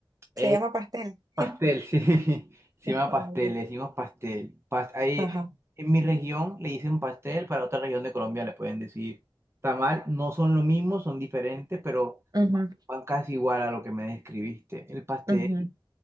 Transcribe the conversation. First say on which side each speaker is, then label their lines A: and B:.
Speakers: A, on the right; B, on the right.
A: ¿Se
B: es
A: llama pastel?
B: pastel,
A: <laughs>
B: sí. <laughs> Se llama
A: Oh,
B: pastel,
A: ok.
B: le decimos pastel. Pas- ahí,
A: Ajá.
B: en mi región le dicen pastel, para otra región de Colombia le pueden decir tamal. No son lo mismo, son diferentes, pero
A: Ujú,
B: van casi igual a lo que me describiste. El pastel.
A: ujú.